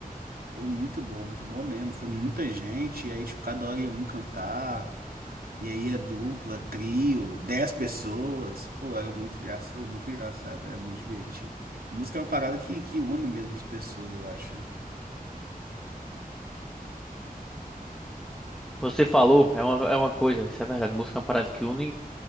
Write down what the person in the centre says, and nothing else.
Você falou, é uma, é uma coisa, isso é verdade. Música é uma parada que une,